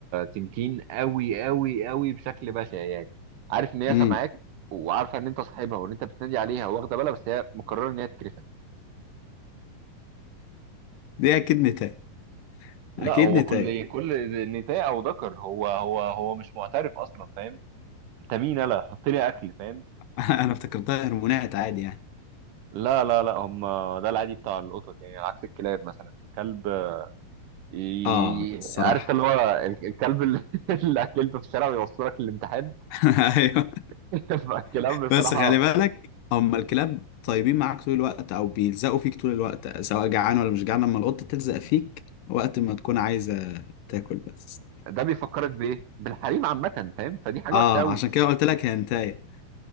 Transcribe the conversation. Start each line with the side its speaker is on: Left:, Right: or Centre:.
Right: تنكين قوي قوي قوي بشكل بشع يعني عارف ان هي
Left: امم
Right: سامعاك وعارفه ان انت صاحبها وان انت بتنادي عليها واخده بالها بس هي مقرره ان هي تكرفك
Left: دي اكيد نتاية
Right: لا
Left: اكيد
Right: هو
Left: نتاية
Right: كل كل نساء او ذكر هو هو هو مش معترف اصلا فاهم انت مين انا حط لي اكل فاهم
Left: <laughs> انا افتكرتها هرمونات عادي يعني
Right: لا لا لا هم ده العادي بتاع القطط يعني عكس الكلاب مثلا الكلب ي-
Left: اه الصراحه
Right: عارف ده اللي هو ال- الكلب اللي <laughs> اللي اكلته في الشارع ويوصلك للامتحان
Left: <laughs> ايوه
Right: <laughs> فالكلاب بصراحه
Left: بس خلي بالك هم الكلاب طيبين معاك طول الوقت او بيلزقوا فيك طول الوقت سواء جعان ولا مش جعان لما القطه تلزق فيك وقت ما تكون عايزه تاكل بس
Right: ده بيفكرك بايه بالحريم عامه فاهم فدي حاجه
Left: اه
Right: وحشه قوي
Left: عشان كده قلت لك هي هنتايه